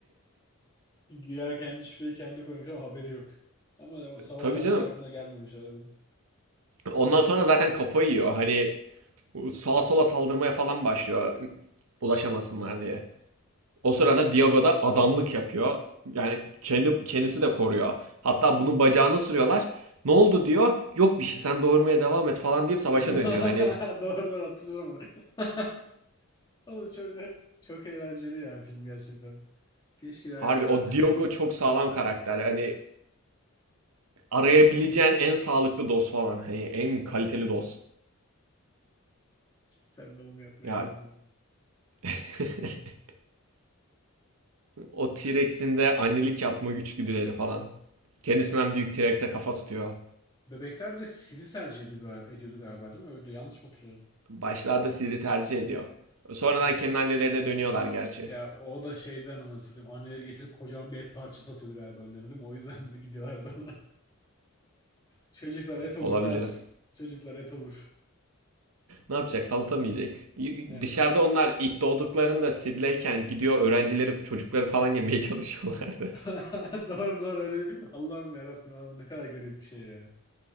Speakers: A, on the left; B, on the right.
A: Güya kendi şifreyi kendi koymuş ama haberi yok. Ama o savaş
B: Tabii
A: anında
B: canım.
A: aklına gelmemiş herhalde.
B: Ondan sonra zaten kafayı yiyor. Hani Sağa
A: Hı,
B: sola saldırmaya falan başlıyor ulaşamasınlar diye. O sırada
A: Ya.
B: Diego da adamlık yapıyor. Yani kendi kendisi de koruyor. Hatta bunun bacağını sürüyorlar. Ne oldu diyor. Yok bir şey sen doğurmaya devam et falan deyip savaşa
A: <laughs>
B: dönüyor. Hani
A: Doğru doğru hatırlıyorum onu. <laughs> Oğlum çok, çok eğlenceli ya film gerçekten. Keşke hala
B: harbi
A: devam
B: o
A: etse.
B: Diego çok sağlam karakter. Hani arayabileceğin en sağlıklı dost falan. Hani en kaliteli dost.
A: Sen doğum yapmaya
B: Ya
A: devam.
B: <laughs> o T-Rex'in de annelik yapma güçgüdüleri falan. Kendisinden büyük T-Rex'e kafa tutuyor.
A: Bebekler de CD tercih ediyordu, gal- ediyordu galiba değil mi? Öyle yanlış mı hatırlıyorum?
B: Başlarda sid'i tercih ediyor. Sonradan
A: Ama
B: kendi
A: s-
B: annelerine dönüyorlar gerçi.
A: ya o da şeyden anasını satayım. Anneleri getirip kocaman bir et parçası atıyordu galiba önlerine değil mi? O yüzden <laughs> gidiyorlardı ona. Çocuklar et olur
B: Olabilir.
A: ne yapsın? Çocuklar et olur.
B: Ne yapacak? Salata
A: Nem.
B: Dışarıda onlar ilk doğduklarında sidleyken gidiyor öğrencileri, çocukları falan yemeye <laughs> çalışıyorlardı.
A: <laughs> Doğru doğru öyle. Allah'ım yarabbim abi ne kadar garip bir şey ya.